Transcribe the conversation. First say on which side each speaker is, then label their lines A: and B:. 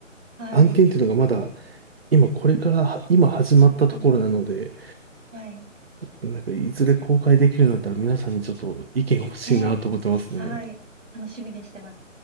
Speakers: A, on the right; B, on the right.
A: はい。
B: 案件っていうのがまだ、今これから、今始まったところなので、
A: うん、うん、はい。
B: なんか、いずれ公開できるようになったら皆さんにちょっと意見欲しいなと思ってますね。
A: え、はい。楽しみにしてます。